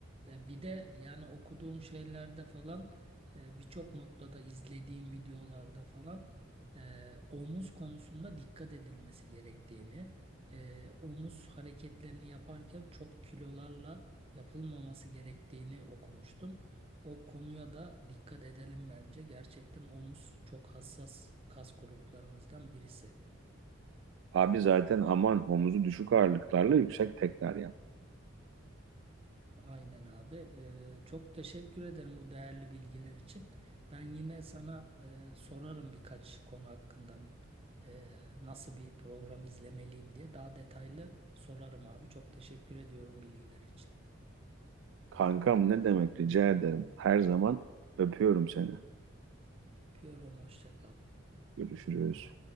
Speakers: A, on the right (about 30°); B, on the right (about 70°).
A: Ee, Bir de yani okuduğum şeylerde falan e, birçok noktada izlediğim videolarda falan e, omuz konusunda dikkat edilmesi gerektiğini, e, omuz hareketlerini yaparken çok kilolarla yapılmaması gerektiğini okumuştum. O konuya da dikkat edelim bence. Gerçekten omuz çok hassas kas gruplarımızdan birisi.
B: Abi zaten aman omuzu düşük ağırlıklarla yüksek tekrar yap.
A: Aynen abi. Ee, çok teşekkür ederim bu değerli bilgiler için. Ben yine sana e, sorarım birkaç konu hakkında e, nasıl bir program izlemeliyim diye daha detaylı sorarım abi. Çok teşekkür ediyorum bilgiler için.
B: Kankam ne demek rica ederim. Her zaman öpüyorum seni.
A: Öpüyorum. Hoşça kal.
B: Görüşürüz.